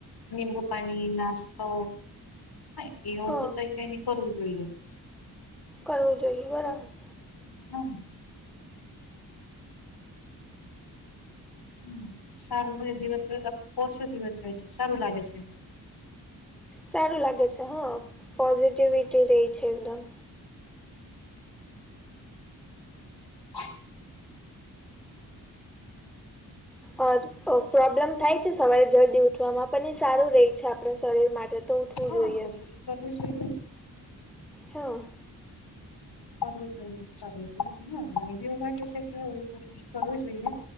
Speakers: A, on the left; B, in the centre.
A: નિમબું પાણી, નાસ્તો હાઈ એવું
B: હા
A: તો તઈએ એને કરું જ જોઈએ.
B: કરવું જોઈએ બરાબર.
A: હા હમ્મ, સારું મે દિવસભર ઓછો દિવસ જાય છે, સારું લાગે છે
B: સારું લાગે છે હા, પોઝિટિવિટી રહી છે એકદમ.
A: <inaudible>
B: અ પ્રોબ્લેમ થાય છે સવારે જલ્દી ઉઠવામાં પણ એ સારું ર રહે છે આપણા શરીર માટે. તો ઉઠવું
A: હા
B: જોઈએ
A: કોશિશ કરવી જોઈએ.
B: હા
A: કરવું જોઈએવ જોઈએ હ મને બીવગાટે છે કે કરવું જોઈએ.